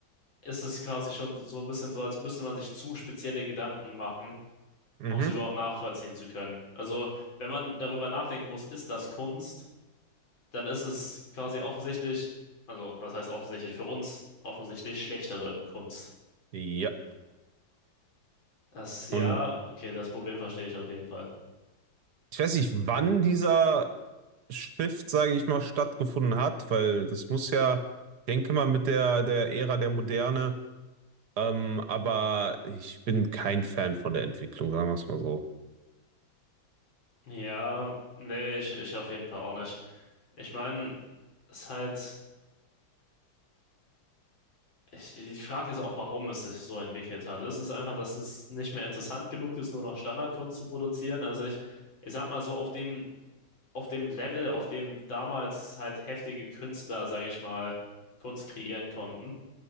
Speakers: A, on the left; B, on the right.
A: ist es quasi schon so ein bisschen so, als müsste man sich zu spezielle Gedanken machen,
B: Mhm.
A: um es überhaupt nachvollziehen zu können. Also, wenn man darüber nachdenken muss, ist das Kunst, dann ist es quasi offensichtlich, also, was heißt offensichtlich für uns, offensichtlich schlechtere Kunst.
B: Ja.
A: Das, ja,
B: Und
A: okay, das Problem verstehe ich auf jeden Fall.
B: Ich weiß nicht, wann dieser Shift, sage ich mal, stattgefunden hat, weil das muss ja, denke mal, mit der, der Ära der Moderne, ähm, aber ich bin kein Fan von der Entwicklung, sagen wir es mal so.
A: Ja, nee, ich, ich auf jeden Fall auch nicht. Ich meine, es ist halt, ich, die Frage ist auch, warum es sich so entwickelt hat. Ist es einfach, dass es nicht mehr interessant genug ist, nur noch Standardkunst zu produzieren? Also ich, ich sag mal so, auf dem, auf dem Level, auf dem damals halt heftige Künstler, sage ich mal, Kunst kreieren konnten,